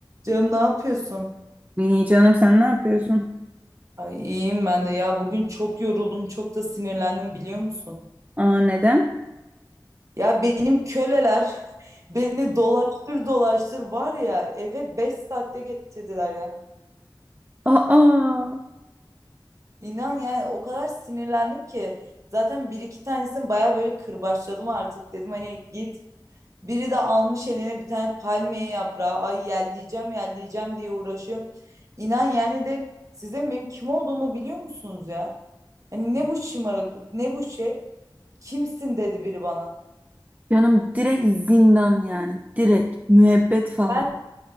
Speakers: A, on the right; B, on the right.
A: Canım ne yapıyorsun?
B: İyi canım sen ne yapıyorsun?
A: Ay iyiyim ben de ya bugün çok yoruldum çok da sinirlendim biliyor musun?
B: Aa neden?
A: Ya benim köleler <laughs> beni dolaştır dolaştır var ya eve 5 saatte getirdiler ya.
B: Aa
A: İnan yani o kadar sinirlendim ki zaten bir iki tanesini baya böyle kırbaçladım artık dedim hani git. Biri de almış eline bir tane palmiye yaprağı ay yelleyeceğim yelleyeceğim diye uğraşıyor. İnan yani de sizin benim kim olduğumu biliyor musunuz ya? Hani ne bu şımarıklık, ne bu şey? Kimsin dedi biri bana.
B: canım direkt zindan yani. Direkt müebbet falan.
A: Ben